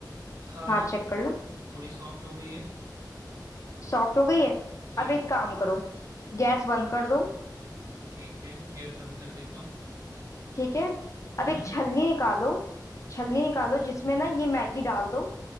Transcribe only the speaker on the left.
हाँ चेक कर लो
सॉफ्ट हो गई है
अब एक काम करो गैस बंद कर दो
ठीक है
अब एक छलनी निकालो छलनी निकालो जिसमें ना ये मैगी डाल दो